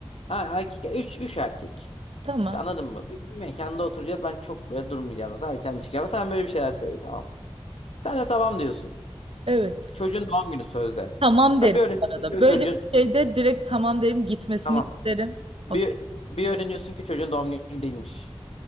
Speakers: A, on the left (about 80°); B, on the right (about 70°).
A: ha, erkek üç, üç erkek.
B: tamam.
A: İşte anladın mı? Bir, bir mekanda oturacağız ben çok böyle durmayacağım zaten erken çıkacağım. Sen böyle bir şeyler söyle tamam mı? Sen de tamam diyorsun.
B: Evet.
A: Çocuğun doğum günü sözde.
B: Tamam
A: Sen
B: derim
A: bir öğreniyorsun
B: bu arada.
A: ki o
B: Böyle
A: çocuğun
B: bir şeyde direkt tamam derim gitmesini
A: tamam.
B: isterim.
A: Bir,
B: Okey.
A: bir öğreniyorsun ki çocuğun doğum günü değilmiş.